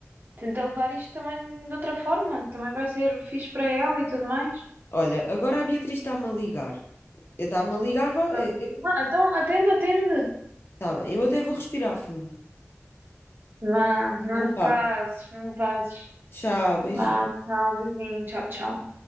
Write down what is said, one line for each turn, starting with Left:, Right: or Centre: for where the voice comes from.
Right: tenta levar isto também de outra forma, que também vai ser fixe para ela e tudo mais.
Left: Olha, agora a Beatriz está-me a ligar. Está-me a ligar, vá,
Right: Vá.
Left: eh, eu...
Right: Ah, então, atende, atende.
Left: tá bem, eu até vou respirar fundo.
Right: Vá, não
Left: Então
Right: te
Left: vá,
Right: passes, não te passes.
Left: tchau, beijinho.
Right: Vá, tchau, beijinho, tchau, tchau.